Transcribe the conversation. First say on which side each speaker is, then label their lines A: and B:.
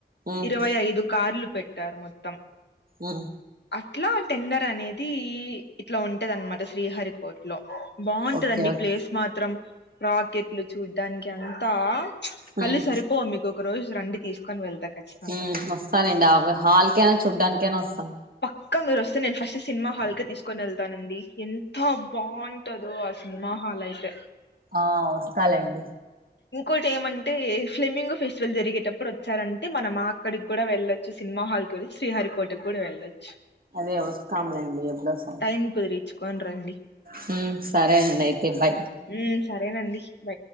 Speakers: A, on the right; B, on the left.
A: ఉమ్
B: ఇరవై ఐదు కార్లు పెట్టారు మొత్తం
A: ఉమ్
B: అట్లా టెండర్ అనేది ఇట్లా ఉంటదిన్మాట శ్రీహరి కోట్ లో బావున్టదండి
A: ఓకే ఓకే
B: ప్లేస్ మాత్రం రాకెట్లు చూడ్డానికి అంతా కళ్ళు
A: ఉమ్
B: సరి పొ మీకొకరోజు రండి తీస్కొన్ వెళ్తా ఖచ్చితంగా
A: హ్మ్ వస్తలెండి ఆవ్ హాల్కేనా చూడ్డానికేనా వస్తా
B: పక్క మీరు వస్తే నేను ఫస్ట్ సినిమా హాల్కే తీస్కొన్ యెళ్తానండి ఎంత బాఉంటదో ఆ సినిమా హాల్ అయిత్
A: ఆ వస్తాలెండ్
B: ఇంకోటి ఏమంటే ఫ్లెమ్మింగ్ ఫెస్టివల్ జరిగేటప్పుడు వచ్చారంటే మన మా అక్కడికి కుడా వెళ్ళొచ్చు సినిమా హాల్ కి వెళ్ళి శ్రీహరి కోటక్ కూడా వెళ్ళొచ్చు
A: అదె వస్తాంలేండి ఎప్పుడొస్
B: టైమ్ కుదిరిచ్చుకోన్ రన్
A: హ్మ్ సరే అండయితే బయ్
B: ఉమ్ సరేనండి బాయ్